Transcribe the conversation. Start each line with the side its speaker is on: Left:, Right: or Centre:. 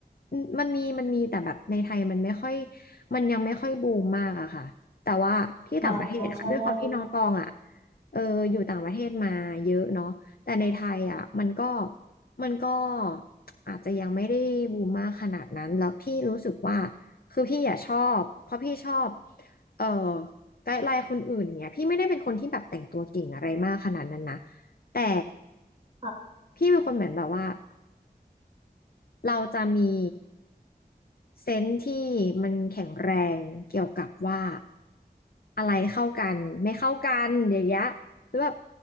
Left: อืมมันมีมันมีแต่แบบในไทยมันไม่ค่อยมันยังไม่ค่อยบูมมากอะค่ะแต่ว่าที่ต่างประเทศอะด้วยความที่น้องตองอะ
Right: อ๋อใช่ใช่ใช่
Left: เอออยู่ต่างประเทศมาเยอะเนาะแต่ในไทยอะมันก็มันก็อาจจะยังไม่ได้บูมมากขนาดนั้นแล้วพี่รู้สึกว่าคือพี่อะชอบเพราะพี่ชอบเออไกด์ไลน์คนอื่นอย่างเงี้ยพี่ไม่ได้เป็นคนที่แบบแต่งตัวเก่งอะไรมากขนาดนั้นนะแต่
Right: ค่ะ
Left: พี่เป็นคนเหมือนแบบว่า เราจะมีเซนส์ที่มันแข็งแรงเกี่ยวกับว่าอะไรเข้ากันไม่เข้ากันอย่างเงี้ยหรือแบบ